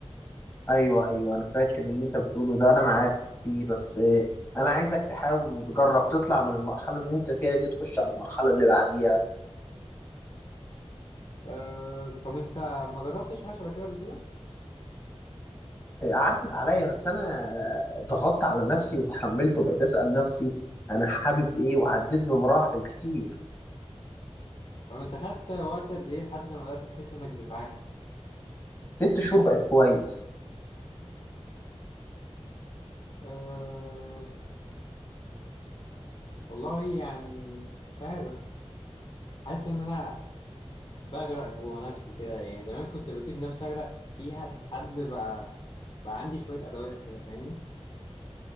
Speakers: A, on the left (about 20°); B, on the left (about 50°).
A: ايوه ايوه انا فاكر اللي انت بتقوله ده انا معاك فيه بس اه، انا عايزك تحاول وتجرب تطلع من المرحلة اللي انت فيها دي تخش على المرحلة اللي بعديها
B: أه طب أنت ما جربتش حاجة شبه كده قبل كده؟
A: اه، عدت عليا بس انا اه، ضغطت على نفسي وتحملت وبقيت اسأل نفسي انا حابب ايه وعديت بمراحل كتير
B: طب أنت خدت وقت قد إيه لحد ما بدأت تحس إنك بتتعافى؟
A: ست شهور بقت كويس
B: أه والله يعني مش عارف حاسس إن أنا بغرق جوه نفسي كده يعني زمان كنت بسيب نفسي أغرق فيها لحد بقى بقى عندي شوية أدوات كده فاهمني؟